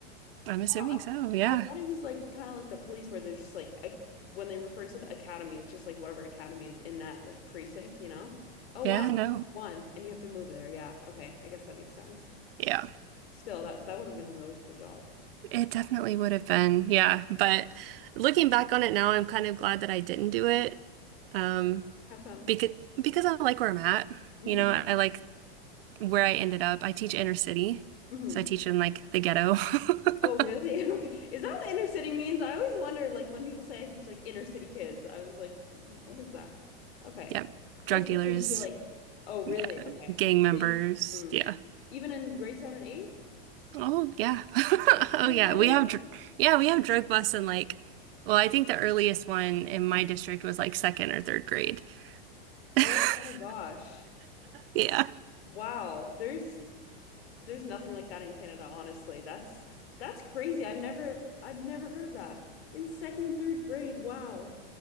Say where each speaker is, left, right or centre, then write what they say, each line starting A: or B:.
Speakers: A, on the right (about 65°); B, on the left (about 80°).
A: I'm
B: Wow.
A: assuming
B: I,
A: so. Yeah.
B: I thought it was like kind of like the police where there's just like a, when they refer to the academy, it's just like whatever academy is in that like precinct, you know? Oh
A: Yeah.
B: wow.
A: No.
B: One and you have to move there. Yeah. Okay. I guess that makes sense.
A: Yeah.
B: Still, that that would have been a really cool job.
A: It definitely would have been. Yeah. But looking back on it now, I'm kind of glad that I didn't do it. Um,
B: How come?
A: because, because I like where I'm at.
B: hmm
A: You know, I like where I ended up, I teach inner city.
B: hmm
A: So I teach in like the ghetto.
B: Oh, really?
A: <laughs>
B: <laughs> Okay. Is that what inner city means? I always wonder, like, when people say I teach like inner city kids, I was like, what is that? Okay.
A: Yeah. Drug
B: That's cool.
A: dealers,
B: So you feel like, oh, really?
A: yeah,
B: Okay.
A: gang members,
B: So you- mm.
A: yeah.
B: Even in grade seven and eight?
A: Oh yeah. <laughs> Oh
B: No
A: yeah.
B: way.
A: We have dr yeah, we have drug busts in like well, I think the earliest one in my district was like second or third grade. <laughs>
B: Oh my gosh.
A: Yeah.
B: Wow. There's there's nothing like that in Canada, honestly. That's that's crazy. I've never I've never heard of that. In second and third grade. Wow.